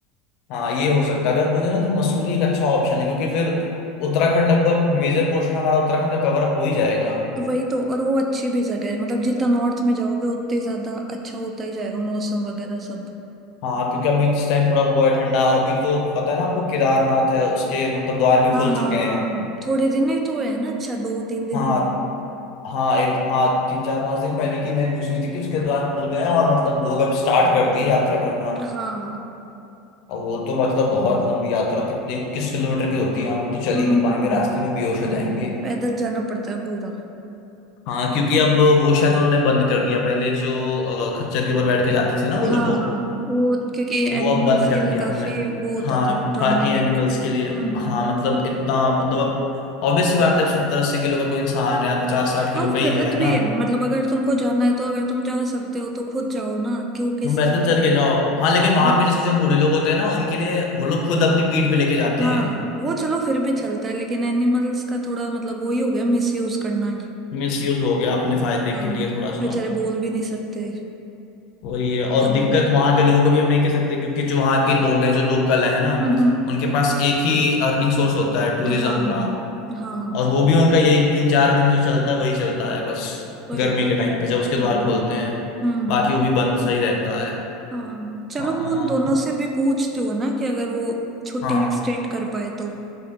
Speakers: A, on the left; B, on the right.
A: हाँ ये हो सकता है अगर हो जाए ना तो मसूरी एक अच्छा ऑप्शन है क्योंकि फिर उत्तराखंड लगभग मेजर पोर्शन हमारा उत्तराखंड का कवर अप हो ही जाएगा
B: वही तो और वो अच्छी भी जगह है मतलब जितना नॉर्थ में जाओगे उतने ज्यादा अच्छा होता ही जाएगा मौसम वगैरह सब
A: हाँ क्योंकि अभी इस टाइम थोड़ा वो है ठंडा और अभी तो पता है ना आपको केदारनाथ है उसके मतलब द्वार भी
B: हाँ
A: खुल
B: हाँ
A: चुके
B: हाँ
A: हैं
B: थोड़े दिन ही तो है ना अच्छा दो तीन दिनों
A: हाँ
B: में
A: हाँ एक हाँ तीन चार पांच दिन पहले की मैंने न्यूज सुनी थी कि उसके द्वार खुल गए हैं और मतलब लोग अब स्टार्ट कर दिए यात्रा करना
B: हाँ
A: और वो तो मतलब बहुत लंबी यात्रा कितनी किस किलोमीटर की होती है हम लोग तो चल
B: हम्म
A: ही नहीं पाएंगे
B: हम्म
A: रास्ते में बेहोश हो जाएंगे
B: पैदल जाना पड़ता है पूरा
A: हाँ क्योंकि अब वो शायद उन्होंने बंद कर दिया पहले जो अ, खच्चर के ऊपर बैठ के जाते थे ना वो लोग
B: हाँ हाँ वो क्योंकि
A: तो वो
B: एनिमल्स
A: अब बंद कर
B: के लिए
A: दिया
B: काफी
A: उन्होंने
B: वो होता
A: हाँ
B: था ट्रॉमेटिक
A: ताकि एनिमल्स के लिए
B: हम्म
A: हाँ
B: हम्म
A: मतलब इतना मतलब अब ऑब्वियस सी बात है अब सत्तर अस्सी किलो का कोई इंसान है पचास साठ किलो
B: हाँ वो
A: का ही
B: गलत
A: है है ना
B: भी है मतलब अगर तुमको जाना है तो अगर तुम जा सकते हो तो खुद जाओ ना क्यों किसी
A: तुम पैदल
B: और
A: चल के जाओ हाँ लेकिन वहां
B: के
A: पे जैसे जो बूढ़े लोग होते हैं ना उनके लिए वो लोग खुद अपनी पीठ पे लेके जाते
B: हाँ
A: हैं
B: वो चलो फिर भी चलता है लेकिन एनिमल्स का थोड़ा मतलब वही हो गया मिसयूज करना है
A: मिस यूज हो गया अपने फायदे
B: हाँ
A: के लिए थोड़ा
B: वो
A: सा
B: बेचारे बोल भी नहीं सकते
A: वही है और
B: हम्म
A: दिक्कत वहां के लोगों को भी हम नहीं कह सकते क्योंकि जो वहां के लोग हैं जो लोकल है ना
B: हम्म
A: उनके पास एक ही अर्निंग सोर्स होता है टूरिज्म
B: हाँ
A: का
B: हाँ
A: और वो भी उनका यही तीन चार महीने जो चलता है वही चलता है बस
B: वही
A: गर्मी के टाइम पे
B: हम्म
A: जब उसके द्वार खोलते हैं
B: हम्म
A: बाकी वो भी बंद सा ही रहता है
B: हाँ चलो
A: हाँ
B: मैं उन दोनों से भी पूछती हूँ ना कि अगर वो छुट्टी
A: हाँ
B: एक्सटेंड कर पाए तो